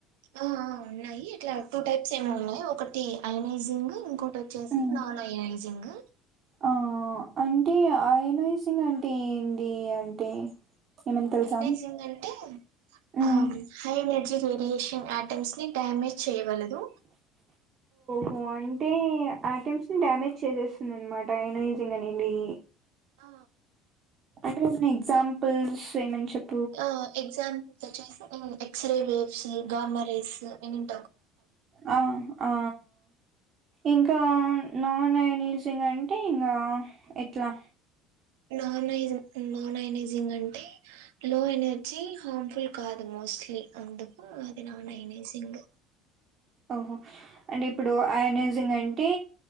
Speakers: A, on the right; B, on the right.
A: ఆ ఆ ఉన్నాయి ఇట్లా టూ టైప్స్ ఏమో ఉన్నాయి ఒకటి అనాలైజింగ్ ఇంకోటి వొచ్చేసి
B: ఉమ్.
A: నాన్ ఐనైజింగ్
B: ఆ అంటే ఆయనయ్సింగ్ అంటే ఏంటి అంటే ఏమన్నా తెలుసా
A: ఐనేజింగ్ అంటే హ
B: um
A: high energy radiation items ని డ్యామేజ్ చేయగలదు
B: ఉ అంటే అట్టెంపట్స్ ని డ్యామేజ్ చేసేస్తుంది అనమాట ఎన్నోఈజింగ్ అనేది
A: ఆ
B: అంటే ఏమైనా ఎగ్జాంపుల్స్ ఏమైన్ చెప్
A: ఆ ఎగ్జాంపుల్స్ వచ్చేసి ఎక్స్ రే వేవ్స్ గామరేస్ ఎనిమ్
B: ఆ ఆ ఇంకా నాన్ ఐనేజింగ్ అంటే ఇంగ ఎట్లా
A: ననైజ్ నాన్ ఐనేజింగ్ అంటే లో ఎనర్జీ హార్మ్ఫుల్ కాదు అన్మా మోస్ట్లీ అందుకు అది నాన్ ఐనేజింగ్
B: ఓహో అంటే ఇప్పుడు ఐనేజింగ్ అంటే